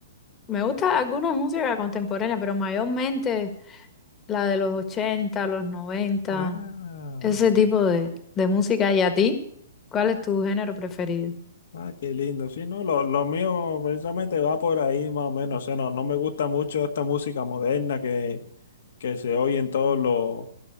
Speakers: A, on the left; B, on the left.
A: Me gusta alguna música contemporánea, pero mayormente la de los 80 los noventa
B: Ah,
A: ese tipo de, de música. ¿Y a ti? ¿Cuál es tu género preferido?
B: ah, qué lindo. Sí, no, lo, lo mío precisamente va por ahí más o menos. O sea, no, no me gusta mucho esta música moderna que, que se oye en todos los